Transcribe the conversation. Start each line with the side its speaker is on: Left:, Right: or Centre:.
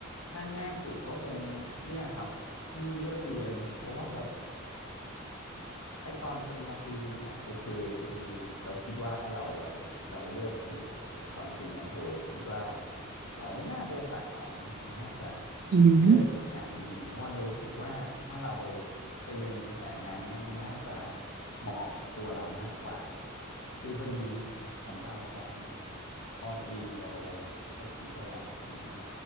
Left: ถ้าง่ายสุดก็คงเนี่ยครับที่เลือกเรียนผมว่าแบบ ไอตอนปริญญาตรีเนี่ยโอเคคือเราคิดว่าเราแบบเราเลือกถูกอะแต่ตอนปริญญาโทเราคิดว่าเราไม่น่าเลือกสาขานี้เลยเราน่าจะ
Right: อืม
Left: เลือกอีกอย่างหนึ่งเพราะว่าเรารู้สึกว่าถ้าเราไปเรียนในสายงานเนี่ยมันน่าจะเหมาะกับตัวเรามากกว่าคือพอดีของเราตอนปตรีเราแบบจบวิศวะใช่ไหมฮะ